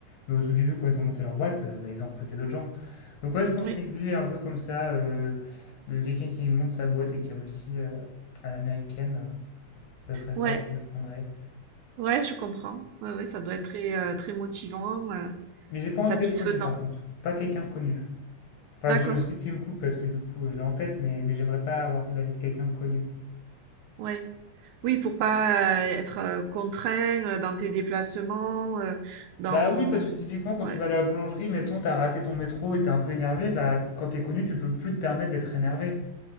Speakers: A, on the left (about 60°); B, on the right (about 75°).
A: Mais au tout début, quand ils ont monté leur boîte, euh, bah, ils ont recruté d'autres gens. Donc ouais, je pense
B: ouais,
A: qu'une vie un peu comme ça, euh, de quelqu'un qui monte sa boîte et qui réussit euh, à l'américaine, euh, ça serait ça
B: ouais,
A: que je prendrais.
B: ouais, je comprends. Ouais, ouais, ça doit être très, euh, très motivant, euh,
A: Mais j'ai pas
B: et
A: envie
B: satisfaisant.
A: d'être connu par contre. Pas quelqu'un de connu. Enfin,
B: D'accord,
A: je cite Tim Cook parce que du coup, je l'ai en tête, mais, mais j'aimerais pas avoir la vie de quelqu'un de connu.
B: ouais. Oui, pour pas euh, être euh, contraint euh, dans tes déplacements, euh, dans,
A: Bah oui, parce que typiquement, quand
B: ouais.
A: tu vas à la boulangerie, mettons, t'as raté ton métro et t'es un peu énervé, bah quand t'es connu, tu peux plus te permettre d'être énervé.